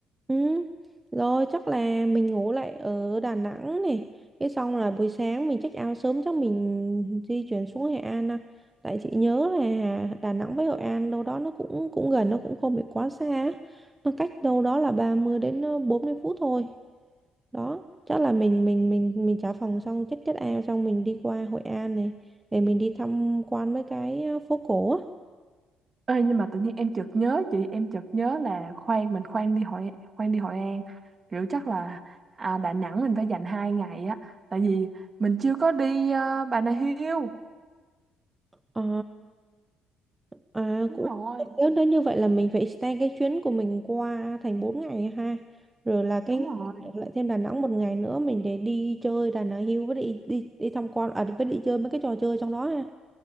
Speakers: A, on the right; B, on the right.
A: Ừ. Rồi chắc là mình ngủ lại ở Đà Nẵng này Cái xong là buổi sáng mình check out sớm chắc mình di chuyển xuống Hội An à. Tại chị nhớ là Đà Nẵng với Hội An đâu đó nó cũng cũng gần nó cũng không bị quá xa á. Nó cách đâu đó là 30 đến ờ, 40 phút thôi đó chắc là mình mình mình mình trả phòng xong check check out xong mình đi qua Hội An này để mình đi tham quan mấy cái ờ, phố cổ á
B: Ê, nhưng mà tự nhiên em chợt nhớ chị em chợt nhớ là khoan mình khoan đi Hội khoan đi Hội An kiểu chắc là à, Đà Nẵng mình phải dành hai ngày á tại vì mình chưa có đi à, Bà Nà Hills
A: à. À,
B: đúng
A: cũng
B: rồi
A: nếu đó như vậy là mình phải extend cái chuyến của mình qua thành 4 ngày ha. Rồi là
B: đúng
A: cái
B: rồi
A: lại thêm Đà Nẵng một ngày nữa mình để đi chơi Đà Nẵng Hill với đi đi đi tham quan à với đi chơi mấy cái trò chơi trong đó ha.